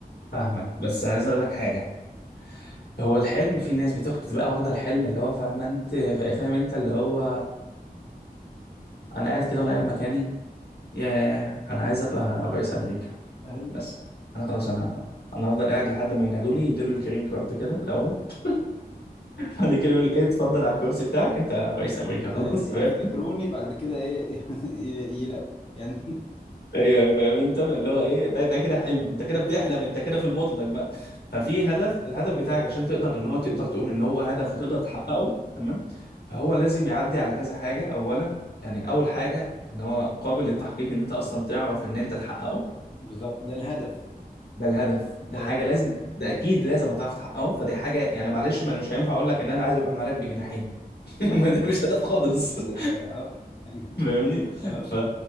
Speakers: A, on the left (about 85°); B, on the left (about 35°).
A: فاهمك بس عايز اقول لك حاجة هو الحلم في ناس بتاخد بتبقى واخدة الحلم اللي هو فاهم انت فاهم انت اللي هو انا قاعد كده وانا قاعد مكاني ياه انا عايز ابقى رئيس امريكا
B: أيوه
A: بس انا خلاص انا انا هفضل قاعد لحد ما ينادوا لي يدوا لي الكرين كارد كده الاول <laughs> بعد كده يقول ايه اتفضل على الكرسي بتاعك انت رئيس امريكا خلاص
B: أيوة، يفتكروني
A: فاهم
B: بعد كده إيه <laughs> ي- يلاقوا يعني
A: ايوه فاهم انت اللي هو ايه ده ده كده حلم انت كده بتحلم انت كده في المطلق بقى ففي
B: <laughs>
A: هدف الهدف بتاعك عشان تقدر ان هو تقدر تقول ان هو هدف وتقدر تحققه تمام فهو لازم يعدي على كذا حاجه اولا يعني اول حاجه ان هو قابل للتحقيق ان انت اصلا تعرف ان انت تحققه
B: بالظبط ده الهدف
A: ده الهدف
B: ده
A: ده حاجه
B: الهدف
A: لازم ده اكيد لازم هتعرف تحققه فدي حاجه يعني معلش ما- مش هينفع اقول لك ان انا عايز ابقى ملاك بجناحين <laughs>
B: طبعا
A: ما ده مش هدف خالص
B: يعني
A: <laughs>
B: ما- اه يعني
A: فاهمني
B: اه
A: ف...